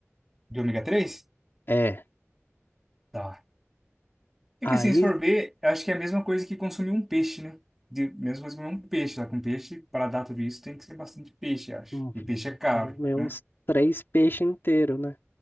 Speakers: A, in the centre; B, on the left (about 50°).
A: De ômega 3.
B: É,
A: Tá. É
B: aí
A: que assim, se for ver, eu acho que é a mesma coisa que consumir um peixe, né? De, mesma coisa que comer um peixe, só que um peixe, para dar tudo isso, tem que ser bastante peixe, eu acho.
B: hum, tem
A: E peixe é caro,
B: que comer
A: né?
B: uns três peixes inteiros, né?